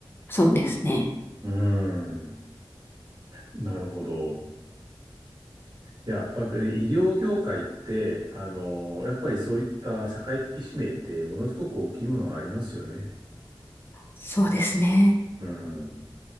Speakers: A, on the left; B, on the right.
A: そうですね。
B: うん、なるほど。いや、やっぱり医療業界って、あの、やっぱりそういった社会的使命ってものすごく大きいものはありますよね。
A: そうですね。
B: うん。